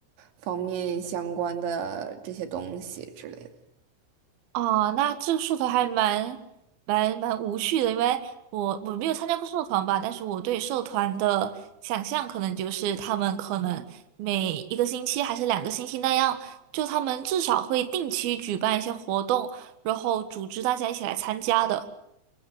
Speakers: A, on the right (about 85°); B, on the right (about 65°).
A: 方面相关的这些东西之类的。
B: 哦，那这个社团还蛮蛮蛮无趣的，因为我我没有参加过社团吧，但是我对社团的想象可能就是他们可能每一个星期还是两个星期那样，就他们至少会定期举办一些活动，然后组织大家一起来参加的。